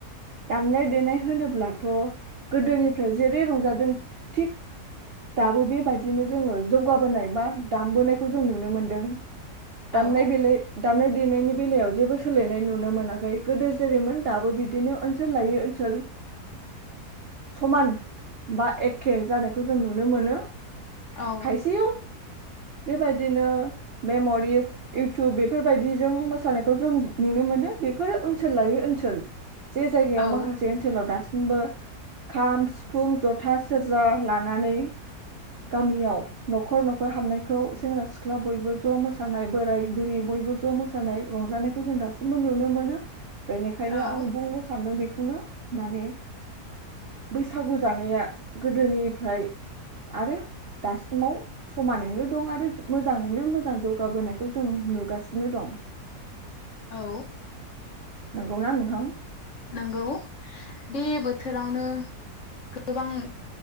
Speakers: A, on the right; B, on the left.
A: दामनाय देनाय होनोब्लाथ गोदोनिफ्राय जेरै रंजादों थिग दाबो बेबायदिनो जोङो जौगाबोनाय बा दामबोनाय खौ जों नुनो मोनदों दामनाय
B: औ
A: बेला दामनाय देनायनि बेलायाव जेबो सोलायनाय नु नो मोनाखै गोदो जेरैमोन दाबो बिदिनो ओनसोल लायै ओनसोल समान बा एखे जानायखौ जों नुनो मोनो।
B: औ
A: खायसेयाव बेबायदिनो मेमरिस इउटुब बेफोरबायदिजों मोसानायखौ जों नुनो मोनो बेफोरो ओनसोल लायै ओनसोल। जे जायगायाव
B: औ
A: माखासे ओनसोलाव दास सिमबो खाम सिफुं जथा सेरजा लानानै गामियाव नखर नखर हाबनायखौ सेंग्रा सिख्ला बयबो ज मोसानाय बोराय बुरै बयबो ज' मोसानाय रंजानायखौ जों दासिमबो नुनो मोनो। बेनिखायनो
B: औ
A: आं बुंनो सानदों बेखौनो माने बैसागु जानाया गोदोनिफ्राय आरो दासिमाव समानैनो दं आरो मोजाङैनो मोजां जौगाबोनायखौ जों नुगासिनो दं।
B: औ
A: नंगौना नोंथां
B: नोंगौ बे बोथोरावनो गोबां